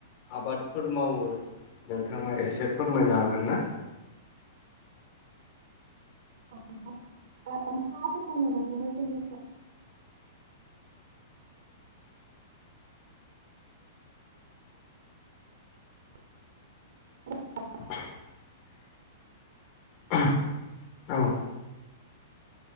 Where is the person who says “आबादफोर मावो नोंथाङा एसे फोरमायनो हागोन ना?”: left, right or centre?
Left